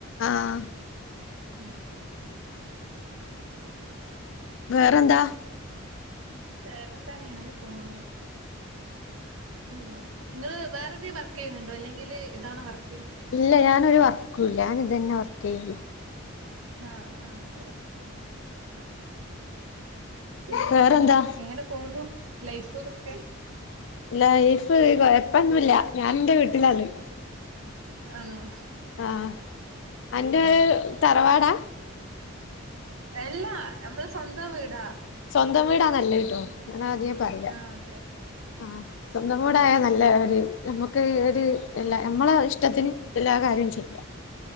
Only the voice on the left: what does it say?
ആഹ്
വേറെന്താ
ഇല്ല ഞാനൊരു വർക്കൂല്ല ഞാനിതന്നെ വർക്കെയ്യണുള്ളൂ
വേറെന്താ
ലൈഫ് കൊയപ്പൊന്നുല്ല ഞാനെന്റെ വീട്ടിലാള്ളെ
ആഹ് അൻ്റേ
തറവാടാ
സ്വന്തം വീടാ നല്ലഹ് ട്ടോ ഞാനാദ്യേ പറയാ
ആഹ് സ്വന്തം വീടായാ നല്ല ഒര് നമുക്ക് ഒരു എല്ലാ നമ്മളെ ഇഷ്ടത്തിന് എല്ലാ കാര്യോം ചെയ് യ്യാ